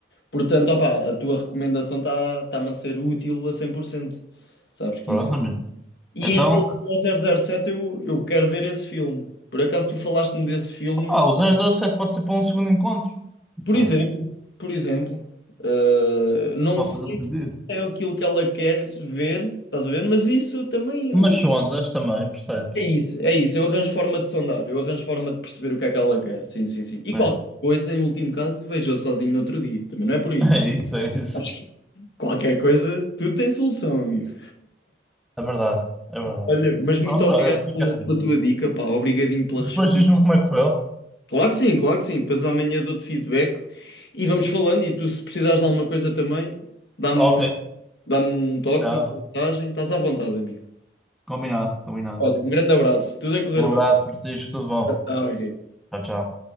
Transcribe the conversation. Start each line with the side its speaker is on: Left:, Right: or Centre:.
Left: Portanto, opá, a tua recomendação está, está-me a ser útil a cem por cento sabes que
Centre: Pronto,
Left: isso.
Centre: amigo.
Left: E
Centre: Então,
Left: em relação ao zero zero sete eu, eu quero ver esse filme. Por acaso tu falaste-me desse filme,
Centre: ah, o zero zero sete pode ser para um segundo encontro.
Left: por
Centre: Sabes?
Left: exemplo, por exemplo, eh, não
Centre: Pode
Left: sei
Centre: fazer sentido.
Left: se é aquilo que ela quer ver, estás a ver? Mas isso também
Centre: Mas
Left: eu-
Centre: sondas também, percebes?
Left: é isso, é isso. Eu arranjo forma de sondar, eu arranjo forma de perceber o que é que ela quer. Sim, sim, sim. E qualquer
Centre: É.
Left: coisa, em último caso, vejo sozinho no outro dia, também não é por aí.
Centre: É isso, é isso.
Left: Acho que qualquer coisa, tudo tem solução, amigo.
Centre: É verdade, é verdade.
Left: Olha, mas muito
Centre: Pronto,
Left: obrigado
Centre: olha, fica
Left: pela,
Centre: assim.
Left: pela tua dica, pá. Obrigadinho pela
Centre: Depois
Left: resposta.
Centre: diz-me como é que correu.
Left: Claro que sim, claro que sim. Depois amanhã dou-te feedback e vamos falando. E tu, se precisares de alguma coisa também, dá-me,
Centre: Ok,
Left: dá-me um toque,
Centre: combinado.
Left: uma mensagem. Estás à vontade, amigo.
Centre: Combinado, combinado.
Left: Olha, um grande abraço. Tudo a correr
Centre: Um abraço,
Left: bem.
Centre: Francisco. Tudo bom.
Left: Tchau, Henrique.
Centre: Tchau, tchau.